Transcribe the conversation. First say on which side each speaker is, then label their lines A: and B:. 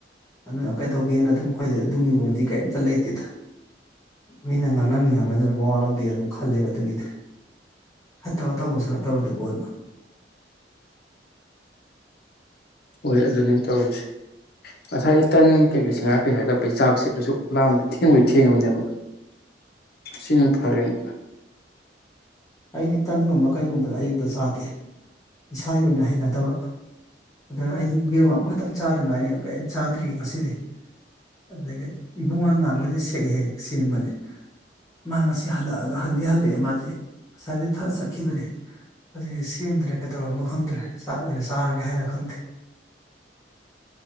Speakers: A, on the left; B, on the left.
A: ꯑꯗꯨꯅ ꯀꯩꯗꯧꯒꯦꯅ ꯑꯗꯨꯝ ꯑꯩꯈꯣꯏꯗ ꯑꯗꯨꯒꯤꯕꯨꯗꯤ ꯀꯩꯝꯇ ꯂꯩꯇꯦꯗ ꯃꯤꯅ ꯉꯥꯡꯅꯅꯤ ꯉꯥꯡꯅꯗꯅ ꯃꯋꯥ ꯂꯧꯗꯦꯅ ꯑꯗꯨꯝ ꯈꯜꯂꯦꯕ ꯑꯗꯨꯒꯤꯗꯤ ꯐꯠꯇꯕ ꯇꯧꯕꯁꯨ ꯅꯠꯇꯕꯗꯨꯕꯨꯣꯅ
B: ꯍꯣꯏ ꯑꯗꯨꯅꯦ ꯇꯧꯔꯤꯁꯦ ꯉꯁꯥꯏꯒꯤ ꯇꯟ ꯀꯩꯀꯩꯁꯤꯡ ꯉꯥ ꯀꯩꯁꯨ ꯂꯥꯛꯄꯩ ꯆꯥꯛꯁꯦ ꯀꯩꯁꯨ ꯂꯥꯝꯗ ꯊꯦꯡꯕꯩ ꯊꯦꯡꯉꯕꯅꯦꯕ ꯁꯤꯅ ꯐꯔꯦꯅꯦ
A: ꯑꯩꯗꯤ ꯇꯟꯒꯨꯝꯕ ꯀꯩꯒꯨꯝꯕꯗ ꯑꯌꯨꯛꯇ ꯆꯥꯗꯦ ꯏꯁꯥꯒꯤ ꯑꯣꯏꯅ ꯍꯩꯅꯗꯕ ꯑꯗ ꯑꯩ ꯌꯦꯡꯕ ꯑꯃꯈꯛꯇꯪ ꯆꯥꯗꯉꯥꯏꯔꯤ ꯀꯔꯤꯝ ꯆꯥꯗ꯭ꯔꯤ ꯉꯁꯤꯗꯤ ꯑꯗꯒꯤ ꯏꯕꯨꯡꯉꯅ ꯉꯥꯡꯕꯗꯤ ꯁꯦꯛ ꯍꯦꯛ ꯍꯦꯛ ꯁꯦꯝꯕꯅꯦ ꯃꯥ ꯉꯁꯤ ꯍꯜꯂꯛꯑꯒ ꯍꯟꯗꯤ ꯍꯜꯂꯛꯑꯦ ꯃꯥꯁꯦ ꯉꯁꯥꯏꯕꯗꯤ ꯊꯛꯑ ꯆꯠꯈꯤꯕꯅꯦ ꯑꯁꯤꯗꯤ ꯁꯦꯝꯗ꯭ꯔꯦ ꯀꯩꯗꯧꯔꯕꯅꯣ ꯈꯪꯗ꯭ꯔꯦ ꯆꯥꯛ ꯑꯣꯏꯅ ꯆꯥꯔꯒꯦ ꯍꯥꯏꯔ ꯈꯪꯗꯦ